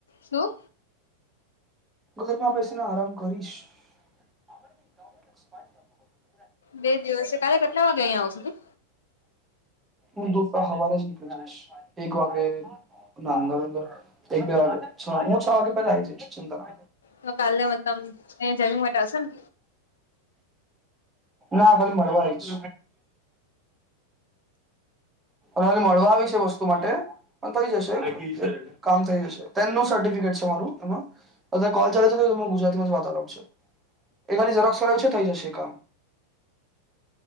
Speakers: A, on the left; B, on the right.
A: શું?
B: ઘરમાં બેસીને આરામ કરીશ. <unintelligible>
A: બે દિવસ છે. કાલે કેટલા વાગે અહીંયા આવશું તું.
B: હું ઢોસા સવારે જ ખાઈશ એક વાઞે. ના, અંદર અંદર એક બે વાગે છ હું છ વાગે પહેલા આવી જઈશ ચિંતા
A: તો કાલે મતલબ અહીં જમી માટે આવશેો ને
B: ના ભલી મળવા આઇશ. હવારે મળવા આવી છે વસ્તુ માટે? થઈ જશે. કામ થઈ જશે, તેનું સર્ટિફિકેટ છે મારું એમાં કોલ ચાલે છે. હું, ગુજરાતીમા જ વાત ચલાવુ એ ખાલી ઝેરોક્ષ કઢાવી છે થઈ જશે કામ.